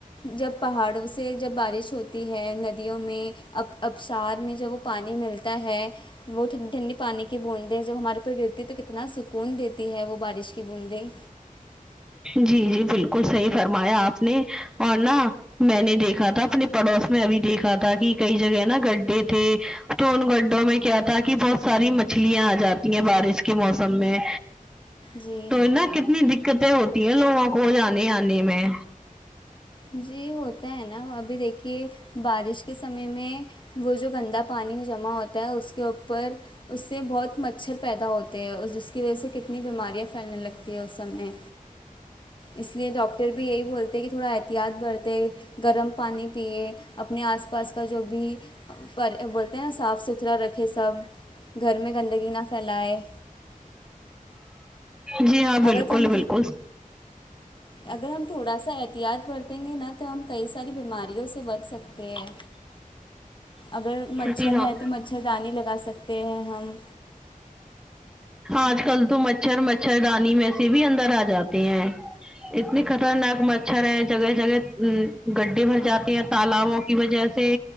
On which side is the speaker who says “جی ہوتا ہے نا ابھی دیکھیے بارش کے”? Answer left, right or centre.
Left